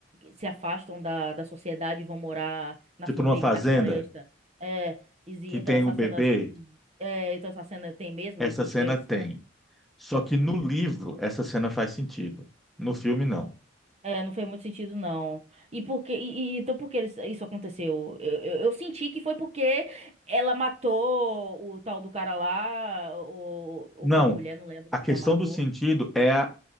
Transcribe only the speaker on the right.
se afastam da, da sociedade e vão morar na,
flo-
meio
que na floresta. É, exi-
então
essa
cena, é, então essa cena tem mesmo,
existe
mesmo
essa cena?
É, não fez muito sentido, não. E por que, e, e- então por que eles- isso aconteceu? Eu, eu, eu senti que foi porque ela matou o tal do cara lá, ou, ou
foi a mulher, não lembro
quem
ela matou.